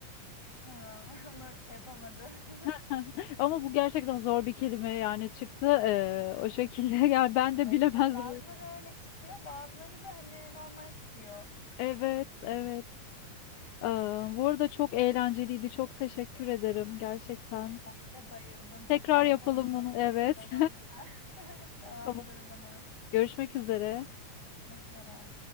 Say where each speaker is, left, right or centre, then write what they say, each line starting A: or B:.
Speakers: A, on the left (about 30°); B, on the left (about 75°).
A: tamam. <laughs> Onu şey yapamadım.
B: <laughs>
A: <laughs>
B: Ama bu gerçekten zor bir kelime yani çıktı ee, o şekilde. <laughs> Yani ben
A: Evet
B: de bilemezdim.
A: evet bazıları öyle çıkıyor bazıları da hani normal çıkıyor.
B: Evet, evet. Ee, bu arada çok eğlenceliydi. Çok teşekkür ederim gerçekten.
A: Ben de bayıldım. Tekrar
B: Tekrar
A: yapalım
B: yapalım
A: bunu
B: bunu. Evet.
A: yakın zaman.
B: <laughs>
A: Tamamdır
B: Tamam.
A: o zaman.
B: Görüşmek üzere.
A: Görüşmek üzere.